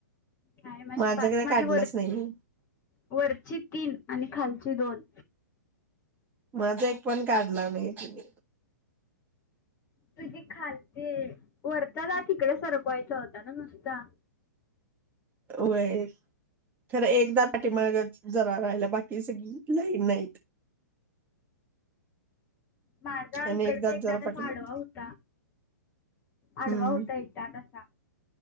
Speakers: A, on the left (about 25°); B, on the right (about 20°).
A: का माझी
B: माझा
A: पाच
B: काय
A: माझ
B: काढलाच
A: वर
B: नाही
A: वरची तीन. आणि खालची दोन.
B: माझा एक पण काढला नाही तिनी
A: तुझी खालते वरचा दात तिकडे सरकवायचा होता न नुसता.
B: वय खरं एकदा पाठी मागचं. जरा राहायला बाकी सगळी लाईन नाहीत.
A: माझा
B: आणि
A: इकड
B: एकदाच
A: एक
B: जरा
A: दात असा
B: पाठीमाग
A: आडवा होता. आडवा
B: हम्म
A: होता एकदा असा.